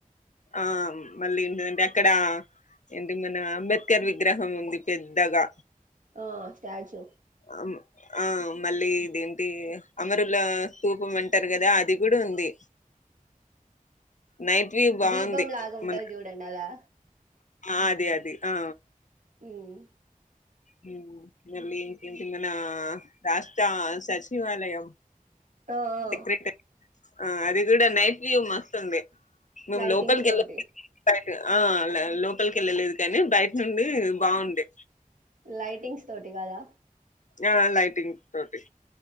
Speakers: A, on the left; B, on the right.
A: ఆ మళ్ళీ ఏంటంటే అక్కడ ఏంటి మన అంబేద్కర్ విగ్రహం ఉంది పెద్దగా.
B: ఆ స్టాచు
A: అమ్ ఆ మళ్ళీ ఇదేంటి అమరుల స్తూపం అంటారు కదా అది కూడా ఉంది. నైట్వివ్ బాగుంది
B: దీపం లాగా ఉంటది
A: మన్
B: చూడండి అలా
A: ఆ అదే అది ఆ
B: ఉమ్.
A: హ్మ్ మళ్ళీ ఇంకేంటి మన రాష్ట్ర సచివాలయం
B: ఆ ఆ
A: సెక్రటరీ ఆ అది కూడా నైట్ వ్యూ మస్తు ఉంది. మేము
B: లైటింగ్స్
A: లోపలికి
B: తోటి
A: వెళ్ <unintelligible> ఆ ల లోపలికి వెళ్ళలేదు కానీ బయట నుండి బాగుండే.
B: లైటింగ్స్ తోటి కదా?
A: ఆ లైటింగ్ తోటి.